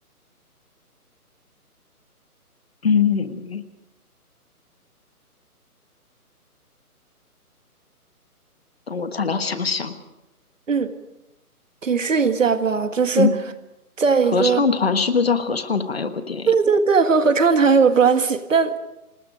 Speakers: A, on the left; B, on the right.
A: 嗯，等我再来想想。
B: 嗯，提示一下吧，就是
A: 嗯，
B: 在一个，
A: 合唱团是不是叫合唱团？有个电影
B: 对对对，和合唱团有关系，但